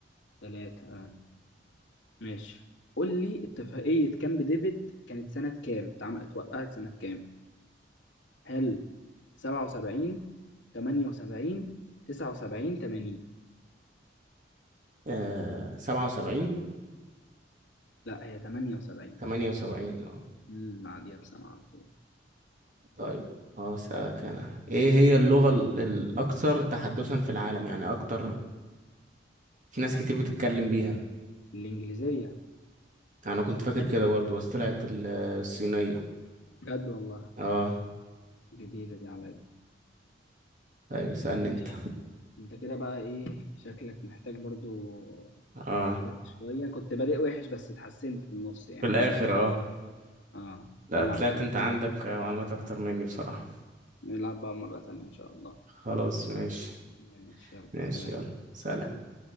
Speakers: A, on the left; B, on the right.
A: تلاتة اه ماشي قول لي اتفاقية كامب ديفيد كانت سنة كام؟ اتعملت اتوقعت سنة كام؟ هل سبعة وسبعين تمانية وسبعين تسعة وسبعين تمانين
B: آه، سبعة وسبعين
A: لا هي تمانية وسبعين
B: تمانية وسبعين اه
A: امم بعديها بسنة على طول
B: طيب اه أسألك أنا إيه هي اللغة ال- الأكثر تحدثا في العالم يعني أكتر في ناس كتير بتتكلم بيها
A: الإنجليزية
B: يعني أنا كنت فاكر كده برضو بس طلعت ال- الصينية
A: بجد والله
B: اه
A: جديدة دي عليا
B: طيب اسألني
A: ماشي
B: أنت
A: انت كده بقى ايه شكلك محتاج برضو
B: اه
A: تذاكر شوية كنت بادئ وحش بس اتحسنت في النص يعني
B: في الآخر
A: رجعت
B: اه
A: اه
B: لا
A: نلعب
B: طلعت
A: بقى
B: انت عندك معلومات اكتر مني بصراحة
A: نلعب بقى مرة تانية إن شاء الله
B: خلاص ماشي
A: ماشي يلا
B: ماشي
A: سلام
B: يلا سلام